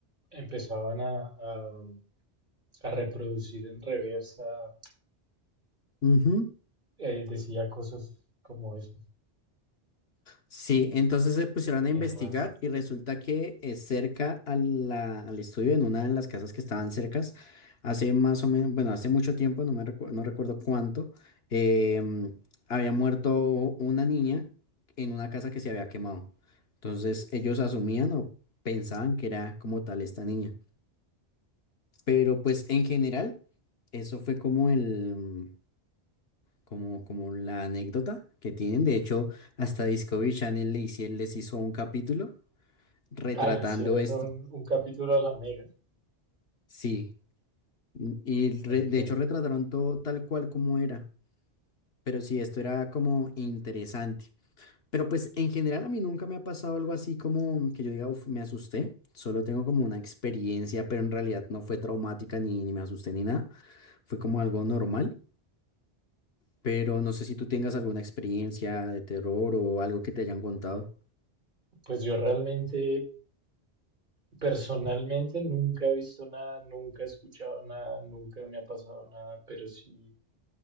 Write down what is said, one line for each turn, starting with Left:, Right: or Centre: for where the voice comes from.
Right: empezaban a, a- a reproducir en reversa,
Left: Ujú.
Right: eh, decía cosas como eso.
Left: Sí, entonces se pusieron
Right: Qué
Left: a investigar
Right: raro.
Left: y resulta que eh, cerca a la- al estudio, en una de las casas que estaban cercas, hace más o menos, bueno, hace mucho tiempo, no me recu- no recuerdo cuánto, em, había muerto una niña en una casa que se había quemado. Entonces ellos asumían o pensaban que era como tal esta niña. Pero pues en general, eso fue como el, mm, como, como la anécdota que tienen. De hecho, hasta Discovery Channel le hici- les hizo un capítulo retratando
Right: Ah, le hicieron
Left: esto.
Right: un, un capítulo a la Mega.
Left: Sí, y re-
Right: Ok.
Left: de hecho retrataron todo tal cual como era, pero sí, esto era como interesante. Pero pues en general a mí nunca me ha pasado algo así como que yo diga, "Uf, me asusté, solo tengo como una experiencia, pero en realidad no fue traumática ni, ni me asusté ni nada, fue como algo normal, pero no sé si tú tengas alguna experiencia de terror o algo que te hayan contado.
Right: Pues yo realmente, personalmente, nunca he visto nada, nunca he escuchado nada, nunca me ha pasado nada, pero sí